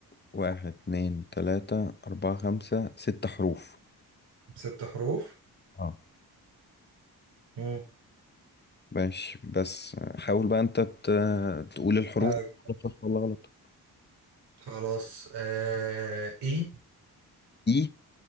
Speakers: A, on the left; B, on the right.
A: واحد اتنين تلاتة أربعة خمسة ست حروف
B: ست حروف
A: اه
B: مم.
A: ماشي بس حاول بقى انت ت... تقول الحروف
B: آه.
A: غلط صح ولا غلط
B: خلاص آه اي
A: اي